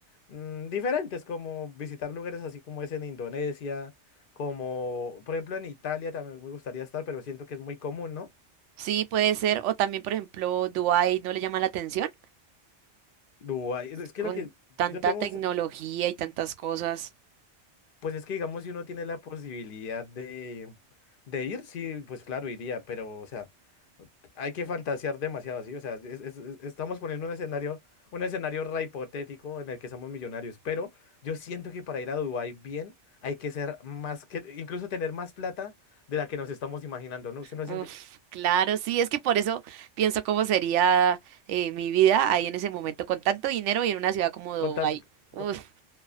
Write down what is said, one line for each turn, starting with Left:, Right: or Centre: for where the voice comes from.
Left: mm, diferentes, como visitar lugares así como es en Indonesia, como, por ejemplo, en Italia también me gustaría estar, pero siento que es muy común, ¿no?
Right: Sí, puede ser. O también, por ejemplo, Dubái no le llama la atención
Left: Dubái, es que
Right: con
Left: lo que
Right: tanta
Left: yo tengo
Right: tecnología
Left: un
Right: y tantas cosas.
Left: Pues es que digamos, si uno tiene la posibilidad de, de ir, sí, pues claro, iría, pero o sea, hay que fantasear demasiado, ¿sí? O sea, es- es- es- estamos poniendo un escenario, un escenario re hipotético en el que somos millonarios, pero yo siento que para ir a Dubái bien hay que ser más que, incluso tener más plata de la que nos estamos imaginando, ¿no? ¿Usted no
Right: Uf,
Left: siente?
Right: claro, sí, es que por eso pienso cómo sería eh, mi vida ahí en ese momento, con tanto dinero y en una ciudad como Dubái.
Left: Con tan-
Right: Uf,
Left: con,